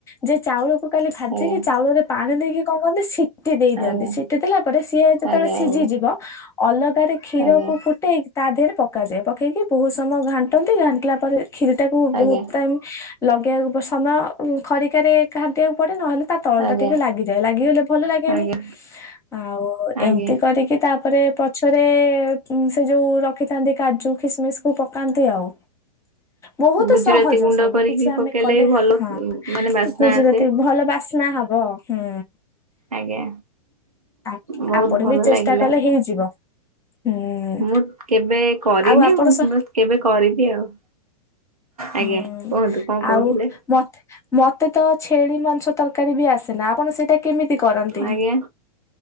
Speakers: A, on the left; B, on the right.
A: ଯେ ଚାଉଳକୁ କାଲି ଭାଜିକି
B: ଆଜ୍ଞା
A: ଚାଉଳରେ ପାଣି ଦେଇକି କଣ କରନ୍ତି ସି ସିଟି ଦେଇ ଦିଅନ୍ତି
B: ଆଜ୍ଞା
A: ସିଟି ଦେଲା ପରେ ସିଏ ଯେତେବେଳେ
B: ଆଜ୍ଞା
A: ସିଝିଯିବ।
B: ଆଜ୍ଞା
A: ଅଲଗାରେ କ୍ଷୀରକୁ
B: ଆଜ୍ଞା
A: ଫୁଟେଇ ତା ଦେହରେ ପକାଯାଏ ପକେଇକି ବହୁତ ସମୟ ଘାଣ୍ଟନ୍ତି ଘାଣ୍ଟିଲା ପରେ କ୍ଷୀରିଟାକୁ
B: ଆଜ୍ଞା
A: ବହୁତ ଟାଇମ୍ ଲଗେଇବାକୁ ପ ସମୟ ଖରିକାରେ ଘାଣ୍ଟିବାକୁ ପଡେ ନହେଲେ ତା ତଳଟା
B: ଆଜ୍ଞା
A: ଟିକେ ଲାଗିଯାଏ ଲାଗିଗଲେ ଭଲ ଲାଗେନି
B: ଆଜ୍ଞା
A: ଆଉ
B: ଆଜ୍ଞା
A: ଏମିତି କରିକି। କି ତାପରେ ପଛରେ ସେ ଯୋଉ ରଖିଥାନ୍ତି କାଜୁ କିସମିସକୁ ପକାନ୍ତି ଆଉ। ବହୁତ
B: ଗୁଜୁରାତି
A: ସହଜ
B: ଗୁଣ୍ଡ
A: ସବୁ
B: କରିକି
A: କିଛି ଆମେ
B: ପକେଇଲେ
A: କଲେ
B: ବି ଭଲ।
A: ହଁ
B: ମାନେ ବାସ୍ନା
A: ଗୁଜୁରାତି
B: ଆସେ।
A: ଭଲ ବାସ୍ନା ହବ ହୁଁ।
B: ଆଜ୍ଞା
A: ଆ
B: ବହୁତ
A: ଆପଣ
B: ଭଲ
A: ବି ଚେଷ୍ଟା
B: ଲାଗିଲା।
A: କଲେ ହେଇଯିବ। ହୁଁ
B: ମୁଁ କେବେ କରିନି
A: ଆଉ ଆପଣ
B: ମୁଁ
A: ସ
B: କେବେ କରିବି ଆଉ। ଆଜ୍ଞା
A: ହୁଁ
B: କୁହନ୍ତୁ କଣ କହୁଥିଲେ
A: ଆଉ ମତେ। ମତେ ତ ଛେଳି ମାଂସ ତରକାରୀ ବି ଆସେନା ଆପଣ ସେଇଟା କେମିତି କରନ୍ତି?
B: ଆଜ୍ଞା।